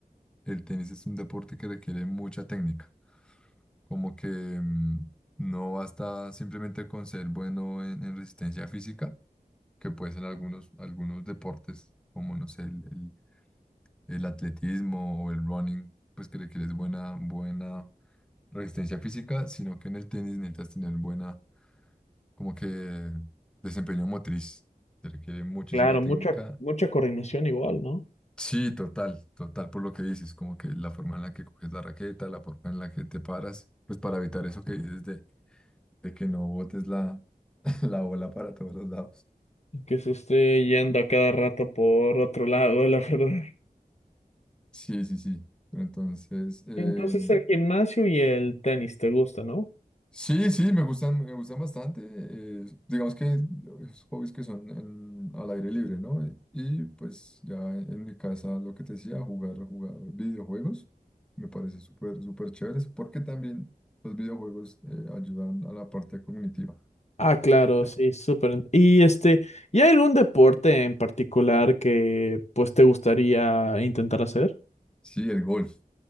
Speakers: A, in the centre; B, on the left.
A: el tenis es un deporte que requiere mucha técnica. Como que mm, no basta simplemente con ser bueno en, en resistencia física, que puede ser algunos, algunos deportes, como no sé, el, el- el atletismo o el running, pues que requieres buena, buena resistencia física, sino que en el tenis necesitas tener buena como que desempeño motriz, se requiere muchísima
B: Claro,
A: técnica.
B: mucha, mucha coordinación igual, ¿no?
A: Sí, total, total por lo que dices, como que la forma en la que coges la raqueta, la forma en la que te paras, pues para evitar eso que dices de, de que no botes la, <laughs> la bola para todos los lados.
B: que se esté yendo a cada rato por otro lado, <laughs> la verdad.
A: Sí, sí, sí. Pero Entonces, eh,
B: Entonces el gimnasio y el tenis te gusta, ¿no?
A: Sí, sí, me gustan, me gustan bastante. eh, digamos que los hobbies que son en- al aire libre, ¿no? Eh, Y pues ya en mi casa, lo que te decía, jugar, jugar videojuegos, me parece súper, súper chéveres, porque también los videojuegos eh, ayudan a la parte cognitiva.
B: Ah, claro,
A: Ay,
B: sí, súper. Y este, ¿y hay algún deporte en particular que pues te gustaría intentar hacer?
A: Sí, el golf,